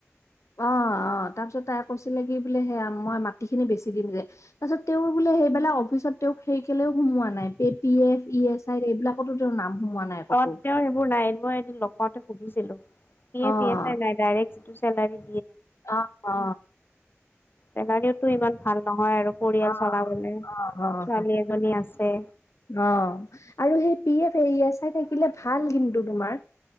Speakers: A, on the left (about 80°); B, on the left (about 45°).
A: অ অ তাৰ পিছত তাই কৈছিলে কি বোলে সেয়া মই মাটি খিনি বেচি দিম যে তাৰপিছত তেওঁৰ বোলে সেইবিলাক অফিচত তেওঁক সেই কেলেও সোমোৱা নাই প P F E S I এইবিলাকতো তেওঁৰ নাম সোমোৱা নাই ক'তো।
B: অ তেওঁ সেইবোৰ নাই মই এদিন লগ পাওঁতে সুধিছিলো। প
A: অ',
B: এ প নাই ডাইৰেক চেলাৰি।
A: অ অ।
B: চেলাৰীওতো ইমান ভাল নহয় আৰু পৰিয়াল
A: অ',
B: চলাবলৈ ছোৱালী
A: অ', অ', অ'।
B: এজনী আছে।
A: অ আৰু সেই পি এফ এৰিয়া চাই থাকিলে ভাল কিন্তু তোমাৰ।